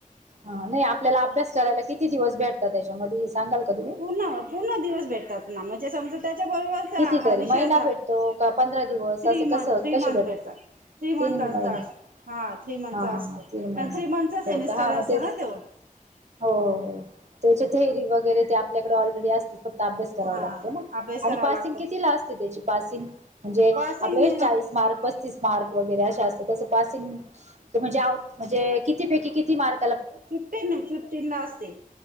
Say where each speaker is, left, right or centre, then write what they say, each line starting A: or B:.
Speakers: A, on the right (about 55°); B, on the right (about 80°).
A: हा नाही आपल्याला अभ्यास करायला किती दिवस भेटता त्याच्यामध्ये हे सांगाल का तुम्ही?
B: पूर्ण पूर्ण दिवस भेटतात ना म्हणजे समजा त्याच्याबरोबर हा
A: कितीतरी
B: हा विषयचां
A: महिना भेटतो का पंधरा दिवस
B: थ्री
A: असं कसं
B: मंथ थ्री
A: कसे
B: मंथ
A: भेटत
B: भेटतात. थ्री मंथाचा
A: तीन महिने
B: हा थ्री मंथचा
A: हा हा
B: असतो
A: हा तीन महिने
B: आणि थ्री मंथचा सेमिस्टर
A: हो का हा
B: असतो
A: मग तेच
B: ना त्यो.
A: हो हो त्याच्या थेअरी वगैरे ते आपल्याकडे ऑलरेडी असते फक्त अभ्यास करावा
B: हा
A: लागतो ना.
B: अभ्यास करावा
A: आणि पासिंग
B: लागतो
A: किती ला असते त्याची पासिंग म्हणजे
B: पासिंग
A: आपल्या चाळीस मार्क पस्तीस मार्क वगैरे अशे चा असतो त्याचा पासिंग क म्हणजे आउट म्हणजे किती पैकी किती मार्क
B: फिफ्टीन फिफ्टीन ला असते